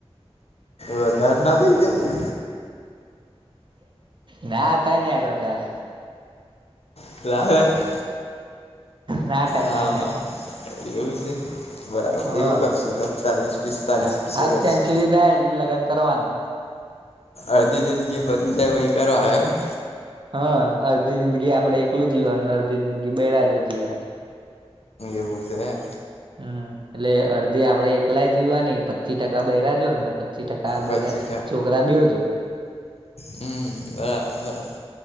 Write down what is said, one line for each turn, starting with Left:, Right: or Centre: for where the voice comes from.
Left: વધાર ના થઈ જાય.
Right: ના <unintelligible>
Left: <unintelligible>
Right: ના થાય
Left: હા
Right: ના થાય
Left: હા એવું છે. બરાબર
Right: હા
Left: એવું કરશું દસ ચાલીસ પિસ્તાલીસ
Right: હાફ
Left: પસી કરશું.
Right: <unintelligible> એટલે લગન કરવાનું.
Left: અડધી જિંદગી બધી જાય વહી કરવાનું એમ
Right: હા અડધી જિંદગી આપડણે એકલું જીવાનું અડધી જિંદગી બેરાજો જીવવાની
Left: એવું છે
Right: હમ એટલે અડધી આપડે એકલાય જીવાની પચી ટકા બરાજો ને પી ટકા
Left: પચી
Right: બેરા છોકરા બે જોડ
Left: હમ્મ બરાબર બર